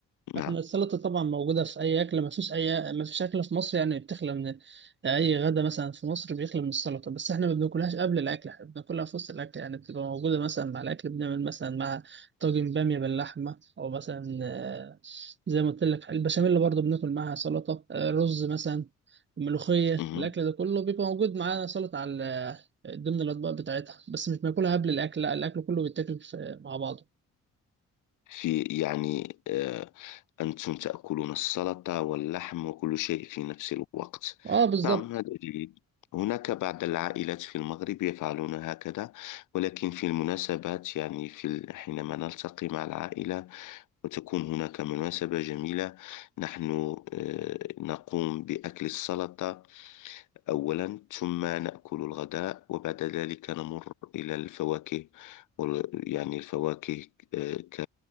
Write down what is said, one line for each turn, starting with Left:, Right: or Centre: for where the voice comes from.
Left: نعم
Right: احنا السلطة طبعا موجودة في أي أكلة مفيش أي مفيش أكلة في مصر يعني بتخلى من أي غدا مثلا في مصر بيخلى من السلطة بس احنا ما بناكلهاش قبل الأكل احنا بناكلها في وسط الأكل يعني بتبقى موجودة مثلا مع الأكل بنعمل مثلا مع طاجن بامية باللحمة أو مثلا آه، زي ما قلت لك البشاميل برضه بناكل معاها سلطة آه، رز مثلا ملوخية
Left: مهم.
Right: الأكل ده كله بيبقى موجود معانا سلطة على آه، ضمن الأطباق بتاعتها بس مش بناكلها قبل الأكل لا الأكل كله بيتاكل في- مع بعضه
Left: في يعني آه، أنتم تأكلون السلطة واللحم وكل شيء في نفس الوقت
Right: اه بالظبط
Left: نعم هذا جيد هناك بعض العائلات في المغرب يفعلون هكذا ولكن في المناسبات يعني في ال- حينما نلتقي مع العائلة وتكون هناك مناسبة جميلة نحن آه، نقوم بأكل السلطة أولا ثم نأكل الغداء وبعد ذلك نمر إلى الفواكه وال- يعني الفواكه آه، ك